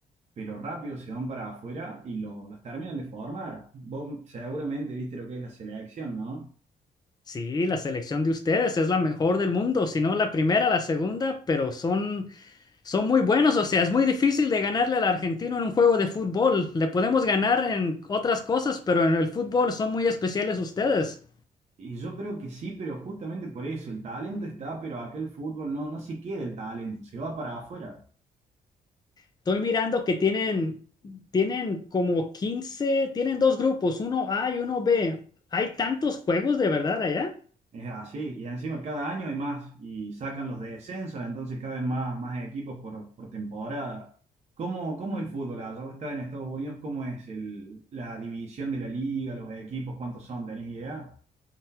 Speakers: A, on the right; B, on the left.
A: pero rápido se van para afuera y lo- los terminan de formar. Vos seguramente viste lo que es la selección, ¿no?
B: Sí, la selección de ustedes es la mejor del mundo, si no la primera, la segunda, pero son, son muy buenos, o sea, es muy difícil de ganarle al argentino en un juego de fútbol. Le podemos ganar en otras cosas, pero en el fútbol son muy especiales ustedes.
A: Y yo creo que sí, pero justamente por eso, el talento está, pero acá el fútbol no, no se queda el talento, se va para afuera.
B: Estoy mirando que tienen, tienen como 15, tienen dos grupos, uno A y uno B. ¿Hay tantos juegos de verdad allá?
A: Es así, y encima cada año hay más, y sacan los descensos, entonces cada vez más, más equipos por, por temporada. ¿Cómo, cómo el fútbol allá? ¿Vos estás en Estados Unidos? ¿Cómo es el, la división de la liga, los equipos, cuántos son? ¿Tenés idea?